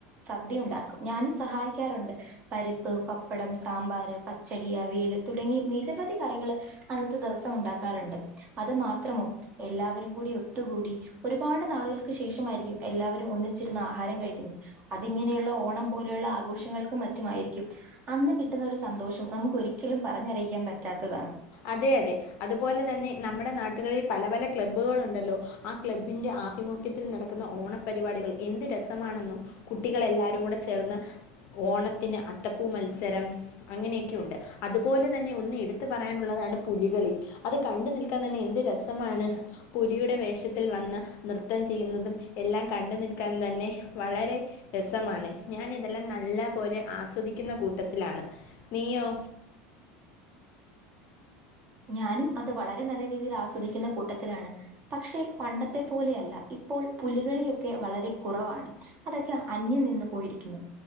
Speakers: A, on the right; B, on the left.
A: സദ്യ ഉണ്ടാക്കും ഞാനും സഹായിക്കാറുണ്ട് പരിപ്പ്, പപ്പടം. താമ്പാർ, പച്ചടി, അവിയല്, തുടങ്ങി നിരവധി കറികള് അന്നത്തെ ദിവസം ഉണ്ടാക്കാറുണ്ട് അത് മാത്രമോ എല്ലാവരും കൂടി ഒത്തുകൂടി ഒരുപാട് നാളുകൾക്ക് ശേഷമായിരിക്കും എല്ലാവരും ഒന്നിച്ചിരുന്ന് ആഹാരം കഴിക്കുന്നത് അതിങ്ങനെയുള്ള ഓണം പോലെയുള്ള ആഘോഷങ്ങൾക്ക് മ റ്റുആയിരിക്കും അന്ന് കിട്ടുന്ന ഒരു സന്തോഷം നമുക്ക് ഒരിക്കലും പറഞ്ഞറിയിക്കാൻ പറ്റാത്തതാണ്
B: അതെ അതെ അതുപോലെ തന്നെ നമ്മുടെ നാട്ടുകളിൽ പല പല ക്ലബ്ബുകളുണ്ടല്ലോ ആ ക്ലബ്ബിന്റെ ആഭിമുഖ്യത്തിൽ നടക്കുന്ന ഓണപരിപാടികൾ എന്ത് രസമാണെന്നോ കുട്ടികൾ എല്ലാരും കൂടെ ചേർന്ന് ഓണത്തിന് അത്തപ്പൂ മത്സരം അങ്ങനെയൊക്കെ ഉണ്ട് അതുപോലെ തന്നെ ഒന്ന് എടുത്ത് പറ പറയാൻ ഉള്ളതാണ് പുലികളി അത് കണ്ടു നിൽക്കാൻ തന്നെ എന്ത് രസമാണ്. പുലിയുടെ വേഷത്തിൽ വന്ന് നൃത്തം ചെയ്യുന്നതും എല്ലാം കണ്ടു നിൽക്കാൻ തന്നെ വളരെ രസമാണ് ഞാൻ ഇതെല്ലാം നല്ല പോലെ ആസ്വദിക്കുന്ന കൂട്ടത്തിലാണ് നീയോ
A: ഞാനും അത് വളരെ നല്ല രീതിയിൽ ആസ്വദിക്കുന്ന കൂട്ടത്തിലാണ് പക്ഷെ പണ്ടത്തെ പോലെയല്ല ഇപ്പോൾ പുലികളിയൊക്കെ വളരെ കുറവാണ് അതൊക്കെ അന്യം നിന്ന് പോയിരിക്കുന്നു